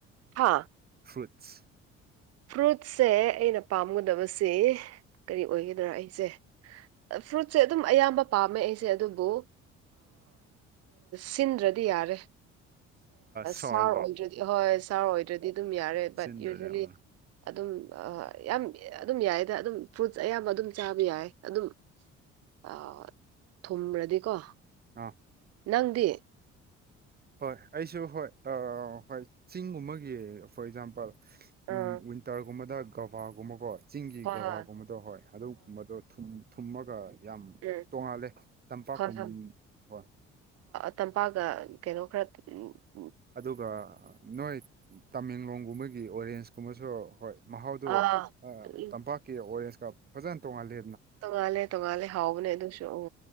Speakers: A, on the right (about 55°); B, on the right (about 30°).
A: ꯍꯥꯥ
B: ꯐ꯭ꯔꯨꯏꯠꯁ
A: ꯐ꯭ꯔꯨꯠꯁꯦ ꯑꯩꯅ ꯄꯥꯝꯒꯗꯕꯁꯤ ꯀꯔꯤ ꯑꯣꯏꯒꯗ꯭ꯔꯥ ꯑꯩꯁꯦ ꯐ꯭ꯔꯨꯠꯁꯦ ꯑꯗꯨꯝ ꯑꯌꯥꯝꯕ ꯄꯥꯝꯃꯦ ꯑꯩꯁꯦ ꯑꯗꯨꯕꯨ ꯁꯤꯟꯗ꯭ꯔꯗꯤ ꯗꯤ ꯌꯥꯔꯦ
B: ꯁꯣꯔꯒꯣ
A: ꯁꯥꯔ ꯑꯣꯏꯗ꯭ꯔꯗꯤ ꯍꯣꯏ ꯁꯥꯔ ꯑꯣꯏꯗ꯭ꯔꯗꯤ ꯑꯗꯨꯝ ꯌꯥꯔꯦ ꯕꯠ
B: ꯆꯤꯟꯗ꯭ꯔꯗꯤ
A: ꯌꯨꯖꯋꯦꯜꯂꯤ
B: ꯑꯥ
A: ꯑꯗꯨꯝ ꯌꯥꯝ ꯑꯗꯨꯝ ꯌꯥꯏꯗ ꯑꯗꯨꯝ ꯐ꯭ꯔꯨꯠꯁ ꯑꯌꯥꯝꯕ ꯑꯗꯨꯝ ꯆꯥꯕ ꯌꯥꯏ ꯑꯗꯨꯝ ꯑ ꯊꯨꯝꯕ꯭ꯔꯗꯤꯀꯣ
B: ꯑꯥ
A: ꯅꯪꯗꯤ
B: ꯍꯣꯏ ꯑꯩꯁꯨ ꯍꯣꯏ ꯍꯣꯏ ꯆꯤꯡꯒꯨꯝꯕꯒꯤ ꯐꯣꯔ ꯑꯦꯛꯖꯥꯝꯄꯜ ꯎꯝ
A: ꯑꯥ
B: ꯋꯤꯟꯇꯔꯒꯨꯝꯕꯗ ꯒꯕꯥꯒꯨꯝꯕꯀꯣ ꯆꯤꯡꯒꯤ
A: ꯍꯣꯏ
B: ꯕꯕꯥꯒꯨꯝꯕꯗꯣ
A: ꯍꯣꯏ
B: ꯍꯣꯏ ꯑꯗꯨꯒꯨꯝꯕꯗꯣ ꯊꯨꯝꯃꯒ ꯌꯥꯝ
A: ꯍꯣꯏ ꯎꯝ
B: ꯇꯣꯡꯉꯥꯜꯂꯦ ꯇꯝꯄꯥꯛꯈꯨꯝ
A: ꯍꯣꯏ ꯍꯣꯏ
B: ꯍꯣꯏ
A: ꯇꯝꯄꯥꯛꯒ ꯀꯩꯅꯣ ꯈꯔ ꯎ
B: ꯑꯗꯨꯒ ꯅꯣꯣꯏ ꯇꯥꯃꯦꯡꯂꯣꯡꯒꯨꯝꯕꯒꯤ ꯑꯣꯔꯦꯟꯁ ꯀꯨꯝꯕꯁꯨ ꯍꯣꯏ ꯃꯍꯥꯎꯗꯨ
A: ꯑꯥ ꯎꯝ
B: ꯇꯝꯄꯥꯛꯀꯤ ꯑꯣꯔꯦꯟꯁ ꯀꯞ ꯐꯖꯅ ꯇꯣꯡꯉꯜꯂꯦ
A: ꯇꯣꯡꯉꯥꯜꯂꯦ ꯇꯣꯡꯉꯥꯜꯂꯦ ꯍꯥꯎꯕꯅꯦ ꯑꯗꯨꯁꯨ ꯎ